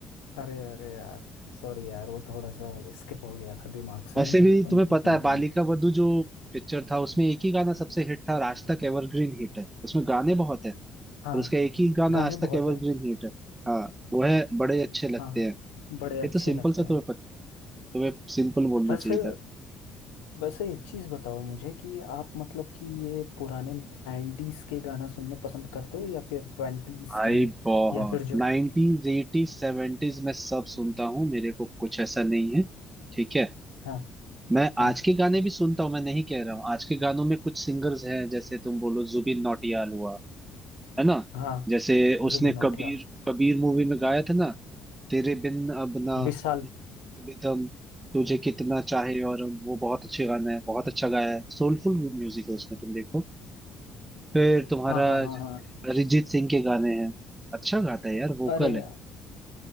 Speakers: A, on the left; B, on the right.
A: अरे अरे यार सॉरी यार वो थोड़ा सा स्किप हो गया था दिमाग से
B: वैसे
A: ना बचपन
B: भी तुम्हें
A: से
B: पता
A: सुनना
B: है बालिका
A: नहीं
B: वधू जो पिक्चर था उसमें एक ही गाना सबसे हिट था और आज तक एवरग्रीन हिट है उसमें गाने बहुत है
A: हाँ
B: पर उसका एक ही गाना
A: गाने
B: आज तक
A: बहुत
B: एवरग्रीन
A: हैं
B: हिट है हाँ वो है बड़े अच्छे लगते
A: हाँ
B: हैं
A: बड़े अच्छे
B: ये तो सिंपल
A: लगते
B: सा तुम्हें
A: हैं
B: पता तुम्हें सिंपल बोलना
A: वैसे
B: चाहिए था
A: वैसे एक चीज बताओ मुझे कि आप मतलब कि ये पुराने 90s के गाना सुनने पसंद करते हो या फिर ट्वेंटीज
B: भाई
A: के
B: बहुत
A: या फिर जो
B: नाइनटीज एटीज सेवेंटीज में सब सुनता हूँ मेरे को कुछ ऐसा नहीं है ठीक है
A: हाँ
B: मैं आज
A: हाँ
B: के गाने भी सुनता हूँ मैं नहीं कह रहा हूँ आज के गानों में कुछ सिंगर्स हैं जैसे तुम बोलो जुबिन नौटियाल हुआ है ना
A: हाँ
B: जैसे उसने
A: जुबिन नौटियाल
B: कबीर कबीर मूवी में गाया था ना तेरे बिन अब ना
A: विशाल
B: बिदम तुझे कितना चाहे और हम", वो बहुत अच्छे गाना है बहुत अच्छा गाया है सोलफुल म्यूजिक है उसमें तुम देखो फिर तुम्हारा
A: हाँ हाँ हाँ
B: जैसे
A: हाँ
B: अरिजीत सिंह के गाने हैं अच्छा गाता है यार वोकल
A: अरे
B: है
A: यार